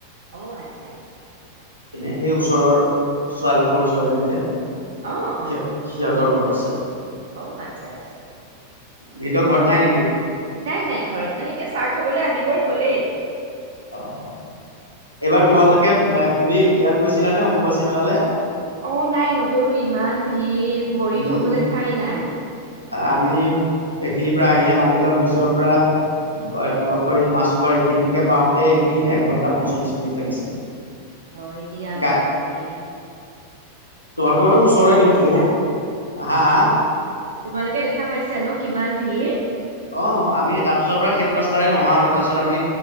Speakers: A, on the right; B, on the right.
A: অ আচ্ছা আচ্ছা
B: এনে সেই ওচৰৰ ছোৱালী সৰু ছোৱালীজনী যে
A: অ অ
B: স সিহঁতৰ লগত আছে
A: অ আচ্ছা আচ্ছা
B: ভিনন্দ ঘৰত নাই নেকি
A: নাই নাই ঘৰত নাই এতিয়া চাহ খাবলৈ আহিবৰ হলেই
B: অ এইবাৰ তোমালোকে তুমি ইয়াত গৈছিলা নে অম্বুবাচী মেলালৈ
A: অ নাই নগলো ইমান ভিৰ ভৰি
B: উম,
A: থবলৈ ঠাই নাই
B: আমি সেইখিনিৰ পৰা আহিলে মালিগাঁও ব্ৰিজৰ পৰা তোমালোকৰ এই মাছখোৱা এইখিনিলৈকে পাওঁতে একদিন এক ঘন্টা পঞ্চল্লিশ মিনিট লাগিছে
A: হয় দিয়া
B: গা
A: বাপৰে
B: তোমালোকৰ ঘৰতো
A: তুমি
B: ওচৰৰে
A: দেখা
B: কিন্তু
A: পাইছিলা
B: বহুত হা হা
A: তোমালোকে দেখা পাইছা ন' কিমান ভিৰ?
B: অ আমি তাৰ পিছৰ পৰা সেইটো ৰাস্তাৰে নহা হলো তাৰপিছত আমি